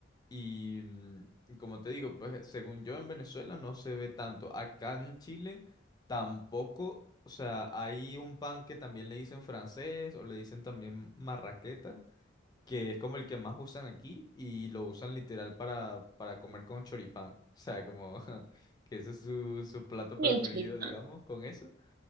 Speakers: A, on the left; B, on the right.
A: Y mm, y como te digo, pues según yo en Venezuela no se ve tanto. Acá en Chile tampoco. O sea, hay un pan que también le dicen francés o le dicen también marraqueta, que es como el que más usan aquí y lo usan literal para, para comer con choripán. <laughs> O sea, como <laughs> que ese es su, su plato preferido,
B: Y el choripán.
A: digamos, con eso.